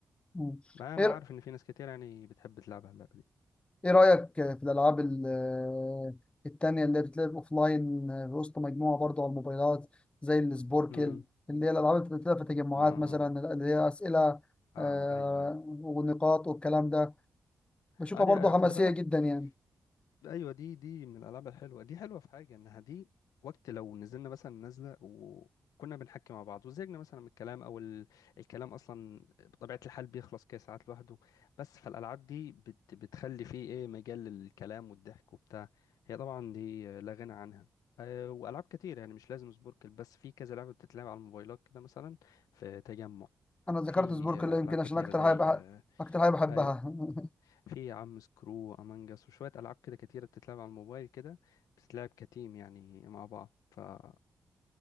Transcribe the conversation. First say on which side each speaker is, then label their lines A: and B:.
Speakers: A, on the left; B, on the left.
A: مم.
B: ما انا
A: ايه
B: عارف ان في ناس كتير يعني بتحب تلعب على اللعبه دي
A: ايه رأيك في الالعاب ال- التانية اللي بتتلعب اوفلاين في وسط مجموعة برضو على الموبايلات زي السبوركل
B: امم
A: اللي هي الالعاب اللي بتتلعب في تجمعات
B: اه
A: مثلا اللي هي اسئلة
B: اه
A: آه،
B: ايوه ايوه
A: ونقاط والكلام ده بشوفها
B: ادي
A: برضو حماسية
B: خلي بالك
A: جدا يعني
B: ايوه دي دي من الالعاب الحلوه دي حلوه في حاجه انها دي وقت لو نزلنا مثلا نازله وكنا بنحكي مع بعض وزهقنا مثلا من الكلام او ال... الكلام اصلا بطبيعه الحال بيخلص كده ساعات لوحده بس فالالعاب دي بت... بتخلي فيه ايه مجال للكلام والضحك وبتاع هي طبعا دي لا غنى عنها أه والعاب كتير يعني مش لازم سبوركل بس في كذا لعبه بتتلعب على الموبايلات كده مثلا في تجمع
A: انا ذكرت
B: في
A: سبوركل
B: آه،
A: يمكن
B: العاب كتيره
A: عشان اكتر
B: زي
A: حاجة بح-
B: آه،
A: اكتر حاجة بحبها
B: اي
A: <laughs>
B: في يا عم سكرو امانجاس وشويه العاب كده كتيره بتتلعب على الموبايل كده بتتلعب كتيم يعني مع بعض فحلوه